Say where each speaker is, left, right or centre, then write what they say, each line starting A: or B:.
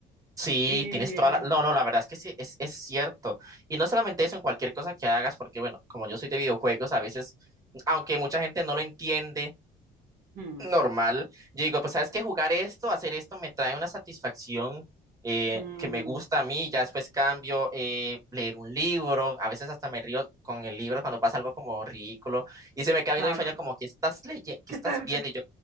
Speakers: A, on the right; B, on the right.
A: sí,
B: Y
A: tienes toda
B: mm,
A: la... No, no, la verdad es que sí, es, es cierto. Y no solamente eso, en cualquier cosa que hagas, porque bueno, como yo soy de videojuegos, a veces, aunque mucha gente no lo entiende, <laughs>
B: mm,
A: normal, yo digo, pues sabes que jugar esto, hacer esto, me trae una satisfacción eh,
B: mm,
A: que me gusta a mí, ya después cambio, eh, leer un libro, a veces hasta me río con el libro cuando pasa algo como ridículo, y se me queda
B: claro,
A: viendo mi familia como, ¿qué estás leyendo? ¿Qué
B: ¿qué
A: estás
B: tal?
A: viendo?